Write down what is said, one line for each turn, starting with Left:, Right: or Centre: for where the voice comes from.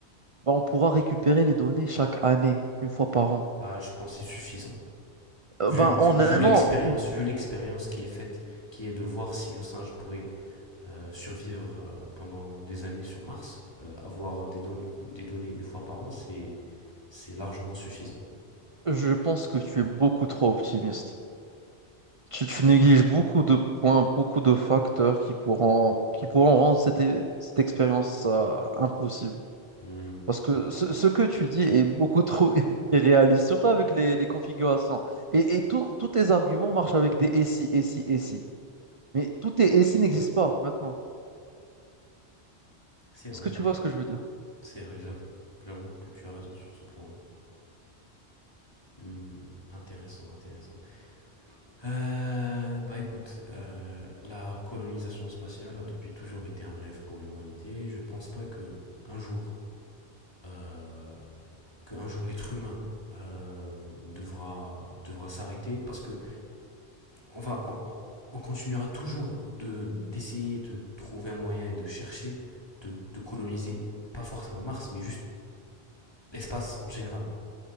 Right: bah, on pourra récupérer les données chaque année, une fois par an.
Left: Bah, je pense que c'est suffisant.
Right: Euh,
Left: Vu,
Right: ben,
Left: vu,
Right: en
Left: vu
Right: un
Left: l'expérience,
Right: an, une-
Left: vu l'expérience qui est faite, qui est de voir si le singe pourrait euh, survivre euh, pendant des années sur Mars, euh, avoir des, don- des données une fois par an, c'est, c'est largement suffisant.
Right: je pense que tu es beaucoup trop optimiste. Tu, tu négliges beaucoup de points, beaucoup de facteurs qui pourront, qui pourront rendre cette, é- cette expérience, euh, impossible.
Left: Hmm,
Right: Parce que ce, ce que tu dis est beaucoup trop <laughs> irréaliste, surtout avec les, les configurations. Et, et tout- tous tes arguments marchent avec des et si, et si, et si. Mais tout tes et si n'existe pas maintenant.
Left: c'est vrai,
Right: Est-ce que tu vois ce que je veux dire?
Left: c'est vrai, j'avoue. J'avoue que tu as raison sur ce point-là. Hmm, intéressant, intéressant. Euh, bah écoute, euh, la colonisation spatiale a depuis toujours été un rêve pour l'humanité. Je pense pas que un jour, euh, que un jour l'être humain euh, devra devra s'arrêter parce que on va, on, on continuera toujours de d'essayer de trouver un moyen et de chercher de, de coloniser pas forcément Mars, mais juste l'espace en général.